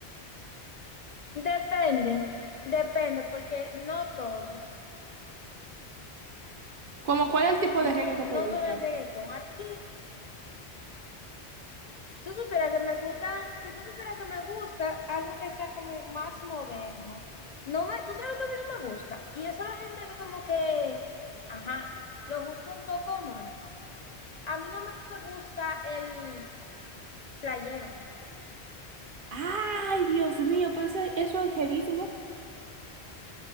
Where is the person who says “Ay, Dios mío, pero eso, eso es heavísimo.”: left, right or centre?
Right